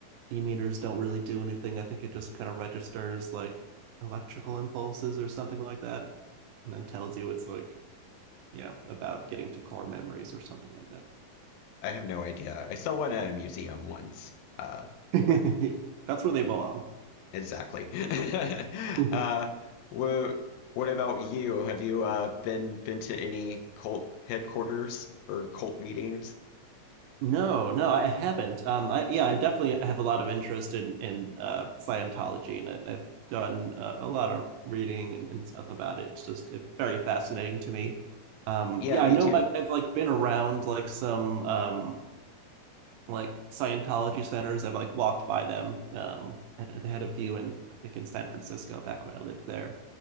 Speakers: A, on the right (about 85°); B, on the left (about 85°).
A: e-meters don't really do anything. I think it just kind of registers like electrical impulses or something like that, and then tells you it's like, you know, about getting to core memories or something like that.
B: I have no idea. I saw one at a museum once, uh,
A: <laughs>
B: but.
A: That's where they belong.
B: Exactly. <laughs>
A: <laughs>
B: Uh, wha- what about you? Have you uh, been been to any cult headquarters or cult meetings?
A: No, no, I haven't. Um, I yeah, I definitely have a lot of interest in in uh, Scientology, and I, I've done uh, a lot of reading and, and stuff about it. It's just it, very fascinating to me. Um,
B: Yeah,
A: yeah, I
B: me
A: know
B: too.
A: I've, I've like been around like some um like Scientology centers. I've like walked by them. Um, and they had a few in I think in San Francisco back when I lived there.